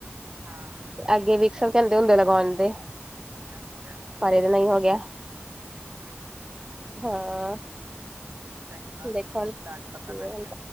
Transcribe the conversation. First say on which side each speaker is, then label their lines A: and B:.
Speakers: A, on the right (about 55°); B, on the right (about 15°).
A: ਹਾਂ
B: ਅੱਗੇ ਵਿਕਸਲ ਕਹਿੰਦੇ ਹੁੰਦੇ ਲਗਾਉਣ ਦੇ
A: ਅੱਛਾ।
B: ਪਾਇਲ ਨਹੀਂ ਹੋ ਗਿਆ
A: ਹਮ
B: ਹਾਂ।
A: ਚੰਗਾ
B: ਦੇਖੋ
A: ਸਗੋਂ
B: ਹੁਣ
A: ਨੀ ਅੱਜ ਪਤਾ
B: ਕੀ
A: ਲੱਗ
B: ਹੁੰਦਾ
A: ਗਿਆ।